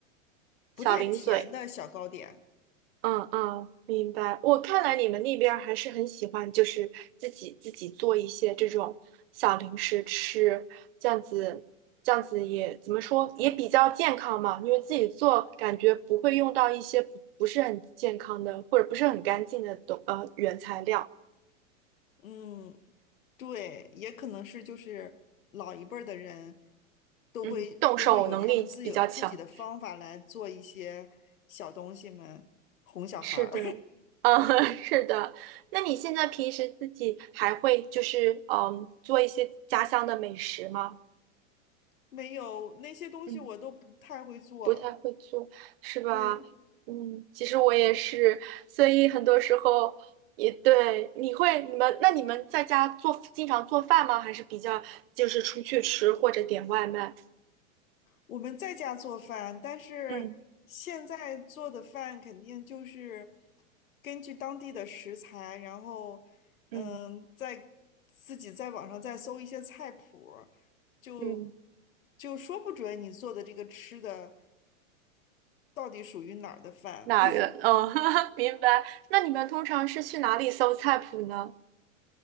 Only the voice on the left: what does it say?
不太甜的小糕点。
嗯，对，也可能是就是老一辈儿的人都会都会有他们自有自己的方法来做一些小东西们哄小孩儿，
<laughs> 没有那些东西我都不太会做。
对，
我们在家做饭，但是现在做的饭肯定就是
根据当地的食材，然后嗯，
在自己在网上再搜一些菜谱儿就
就说不准你做的这个吃的到底属于哪儿的饭。
<laughs>